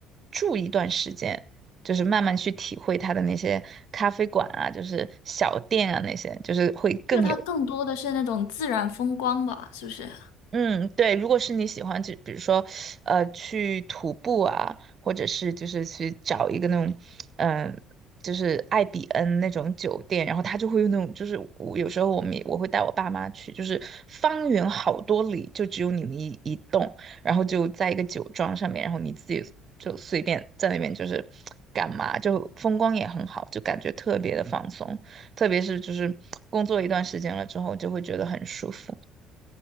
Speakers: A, on the right; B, on the left.
A: 住一段时间，就是慢慢去体会它的那些咖啡馆啊，就是小店啊那些，就是会更有
B: 就它更多的是那种自然风光吧，是不是？
A: 嗯，对，如果是你喜欢，就比如说，呃，去徒步啊，或者是就是去找一个那种，嗯、就是艾比恩那种酒店，然后他就会用那种，就是我有时候我们也我会带我爸妈去，就是方圆好多里就只有你们一一栋，然后就在一个酒庄上面，然后你自己就随便在那边就是干嘛，就风光也很好，就感觉特别的放松，特别是就是工作一段时间了之后，就会觉得很舒服。